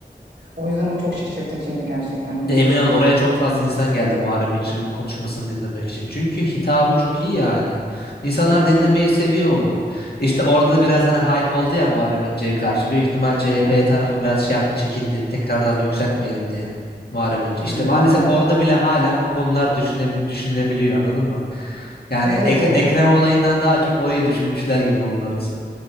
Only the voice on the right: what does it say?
O yüzden o çok şaşırtıcıydı gerçekten benim
için.
Hmm.
Hmm.
Ya evet
o